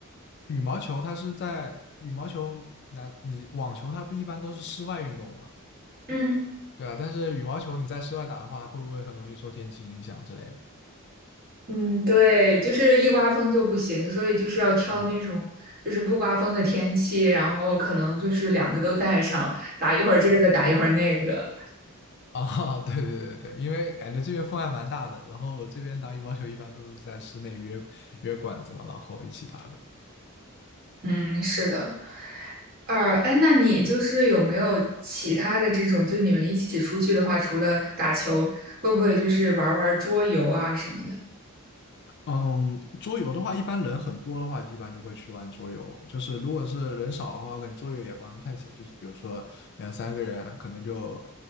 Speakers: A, on the left; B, on the right.
A: 羽毛球，它是在羽毛球，那你网球它不一般都是室外运动嘛？
B: 嗯
A: 对啊，但是羽毛球你在室外打的话，会不会很容易受天气影响之类的？
B: <laughs> 嗯，对，就是一刮风就不行，所以就是要挑那种就是不刮风的天气，
A: 嗯，
B: 然后可能就是两个都带上，打一会儿这个，打一会儿那个。
A: 啊，<laughs> 对对对对，因为感觉这边风还蛮大的，然后这边打羽毛球一般都是在室内约约馆子嘛，然后一起打的。
B: 嗯，是的。呃，哎，那你就是有没有其他的这种，就你们一起出去的话，除了打球，会不会就是玩儿玩儿桌游啊什么的？
A: 嗯，桌游的话，一般人很多的话，一般就会去玩桌游。就是如果是人少的话，可能桌游也玩不太起来。就是比如说两三个人，可能就